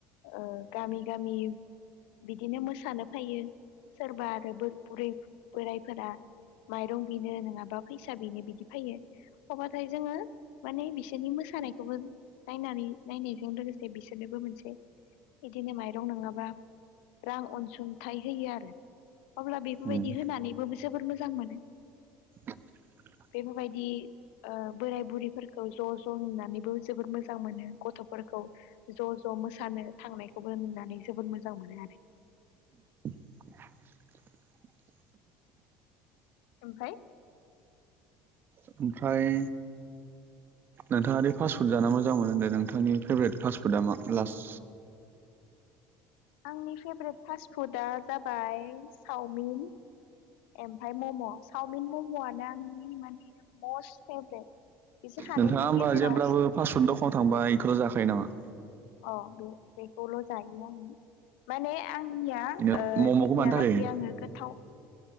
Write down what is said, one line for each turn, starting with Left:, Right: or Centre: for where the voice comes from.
Left: ओ गामि गामि बिदिनो मोसानो फायो सोरबा आरो बुरै बोरायफोरा माइरं बिनो नङाबा फैसा बिनो बिदि फैयो अब्लाथाय जोङो माने बिसोरनि मोसानायखौबो नायनानै नायनायजों लोगोसे बिसोरनोबो मोनसे बिदिनो माइरं नङाबा रां अनसुंथाइ होयो आरो। अब्ला बेफोरबायदि
Right: उम उम
Left: होनानैबो जोबोर मोजां मोनो।
Right: <inaudible>
Left: बेफोरबायदि ओ बोराय बुरैफोरखौ ज' ज' नुनानैबो जोबोद मोजां मोनो गथ'फोर खौ ज' ज' मो सानो थांनायखौबो नुनानै जबोद मोजां मोनो आरो।
Right: <inaudible>
Left: ओमफाय
Right: ओमफ्राय नोंथाङा फासफुड जाना मो जां मोनो होनदों नोंथांनि फेभरेट फास्टफुदा मा लास
Left: आंनि फेभरेट फास्ट फुडा जाबाय चावमिन। ओमफाय मम' सावमिन मम'आनो आंनि माने मस्त फेभरेट। बिसोर सानैनि
Right: नोंथाङा होमबा
Left: गेजेराव
Right: जेब्लाबो पासपुड दखानाव थांबा इखौल' जाखायो नामा?
Left: औ बे बेखौल' जायो आङो माने आंनिया
Right: बिदिनो मम'खौ
Left: दिनैयालागै
Right: मानो थाखाय
Left: आङो गोथाव